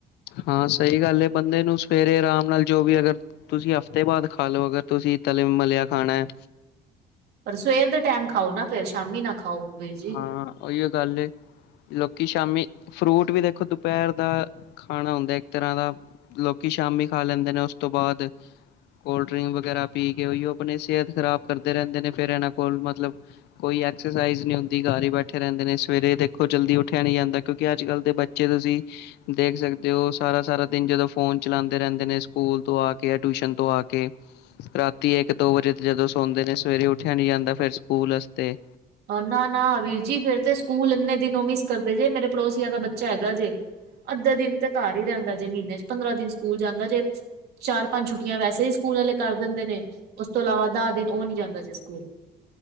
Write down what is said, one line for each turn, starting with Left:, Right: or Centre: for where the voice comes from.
Left: ਹਾਂ ਸਹੀ ਗੱਲ ਹੈ ਬੰਦੇ ਨੂੰ ਸਵੇਰੇ ਆਰਾਮ ਨਾਲ ਜੋ ਵੀ ਅਗਰ ਤੁਸੀਂ ਹਫਤੇ ਬਾਦ ਖਾ ਲੋ ਅਗਰ ਤੁਸੀਂ ਤਲੀਆਂ ਤਲੀਆਂ ਮਲਿਆ ਖਾਣਾ ਏ
Right: ਪਰ ਸਵੇਰ ਦੇ ਟਾਈਮ ਖਾਓ ਨਾ ਫੇਿਰ ਸ਼ਾਮੀ ਨਾ ਖਾਓ ਵੀਰ ਜੀ।
Left: ਹਾਂ ਉਹੀਓ ਗੱਲ ਲੋਕੀ ਸ਼ਾਮੀ ਫਰੂਟ ਵੀ ਦੇਖੋ ਦੁਪਹਿਰ ਦਾ ਖਾਣਾ ਹੁੰਦਾ ਇੱਕ ਤਰ੍ਹਾਂ ਦਾ ਲੋਕੀ ਸ਼ਾਮੀ ਖਾ ਲੈਂਦੇ ਨੇ ਉਸ ਤੋਂ ਬਾਅਦ ਕੋਲਡ ਡਰਿੰਕ ਵਗੈਰਾ ਪੀ ਕੇ ਉਹੀਓ ਆਪਣੀ ਸਿਹਤ ਖ਼ਰਾਬ ਕਰਦੇ ਰਹਿੰਦੇ ਨੇ ਫੇਿਰ ਇਹਨਾਂ ਕੋਲ ਮਤਲਬ ਕੋਈ ਐਕਸਰਸਾਈਜ਼ ਨਹੀਂੀ ਹੁੰਦਾ ਦੀ ਘਰ ਹੀ ਬੈਠੇ ਰਹਿੰਦੇ ਨੇ ਸਵੇਰੇ ਦੇਖੋ ਜਲਦੀ ਉੱਠਿਆ ਨਹੀਂੀ ਜਾਂਦਾ ਕਿਉਂਕਿ ਅੱਜ ਕੱਲ੍ਹ ਦੇ ਬੱਚੇ ਤੁਸੀਂ ਦੇਖ ਸਕਦੇ ਹੋ ਸਾਰਾ ਸਾਰਾ ਦਿਨ ਜਦੋਂ ਫੋਨ ਚਲਾਉਂਦੇ ਰਹਿੰਦੇ ਨੇ ਸਕੂਲ ਤੋਂ ਆ ਕੇ ਟਿਊਸ਼ਨ ਤੋਂ ਆ ਕੇ ਰਾਤੀ ਇੱਕ ਦੋ ਵਜੇ ਜਦੋਂ ਸੌਂਦੇ ਨੇ ਸਵੇਰੇ ਉੱਠਿਆ ਨੀ ਜਾਂਦਾ ਫਿਰ ਸਕੂਲ ਵਸਤੇ
Right: ਨਾ ਨਾ ਵੀਰ ਜੀ ਫੇਿਰ ਤੇ ਸਕੂਲ ਇੰਨੇ ਦਿਨੋ ਮਿਸ ਕਰਦੇ ਜੇ ਮੇਰੇ ਪੜੋਸੀਆਂ ਦਾ ਬੱਚਾ ਹੈਗਾ ਜੇ ਅੱਧੇ ਦਿਨ ਤੇ ਘਰ ਹੀ ਰਹਿੰਦਾ ਜੇ ਮਹੀਨੇ ਚ ਪੰਦਰਾਂ ਦਿਨ ਸਕੂਲ ਜਾਂਦਾ ਜੇ ਚਾਰ ਪੰਜ ਛੁੱਟੀਆਂ ਵੈਸੇ ਹੀ ਸਕੂਲ ਵਾਲੇ ਕਰ ਦਿੰਦੇ ਨੇ ਉਸ ਤੋਂ ਇਲਾਵਾ ਦਸ ਦਿਨ ਉਹ ਨੀ ਜਾਂਦਾ ਜੇ ਸਕੂਲ